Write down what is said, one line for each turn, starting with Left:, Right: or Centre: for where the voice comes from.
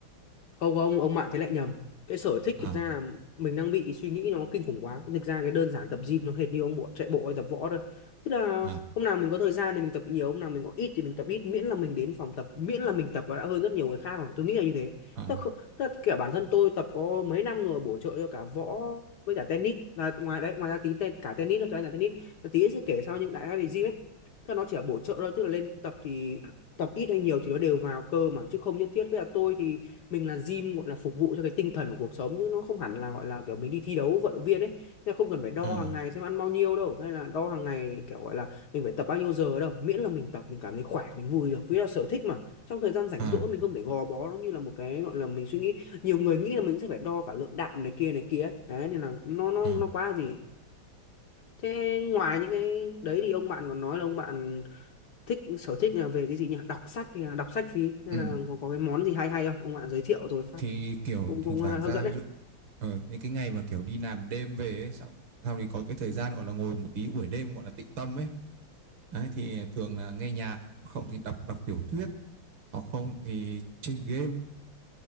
Left: không ông ông bạn thế lại nhầm cái sở thích
Right: à
Left: thực ra là mình đang bị suy nghĩ nó kinh khủng quá thực ra cái đơn giản tập gym nó hệt như ông bộ chạy bộ hay tập võ thôi tức là
Right: à
Left: hôm nào mình có thời gian thì mình tập nhiều hôm nào mình có ít thì mình tập ít miễn là mình đến phòng tập miễn là mình tập và đã hơn rất nhiều người khác rồi tôi nghĩ là như thế
Right: à
Left: tức là không tức là kể bản thân tôi tập có mấy năm rồi bổ trợ cho cả võ với cả tennis là ngoài đấy ngoài ra tí te, cả tennis nữa tôi đánh cả tennis là tí sẽ kể sau những đại gia về gym ấy tức là nó chỉ là bổ trợ thôi tức là lên tập thì tập ít hay nhiều thì nó đều vào cơ mà chứ không nhất thiết với là tôi thì mình là gym gọi là phục vụ cho cái tinh thần của cuộc sống nhưng nó không hẳn là gọi là kiểu mình đi thi đấu vận động viên ấy nên không cần phải đo
Right: à
Left: hàng ngày xem ăn bao nhiêu đâu hay là đo hàng ngày kiểu gọi là mình phải tập bao nhiêu giờ đâu miễn là mình tập mình cảm thấy khỏe mình vui được vì là sở thích mà trong thời gian rảnh
Right: À,
Left: rỗi mình không thể gò bó nó như là một cái gọi là mình suy nghĩ nhiều người nghĩ là mình sẽ phải đo cả lượng đạm này kia này kia ấy. đấy nên là nó nó
Right: à,
Left: nó quá là gì thế ngoài những cái đấy thì ông bạn còn nói là ông bạn thích sở thích là về cái gì nhỉ đọc sách thì là đọc sách gì hay
Right: ừ.
Left: là có, có cái món gì hay hay không ông bạn giới thiệu rồi phát
Right: Thì kiểu
Left: cũng
Right: thỉnh
Left: cũng
Right: thoảng
Left: ờ, hấp
Right: ra
Left: dẫn
Right: ví
Left: đấy
Right: dụ ờ, những cái ngày mà kiểu đi làm đêm về ấy, xong sau thì có cái thời gian gọi là ngồi một tí buổi đêm gọi là tịnh tâm ấy. Đấy thì thường là nghe nhạc, không thì đọc đọc tiểu thuyết, hoặc không thì chơi game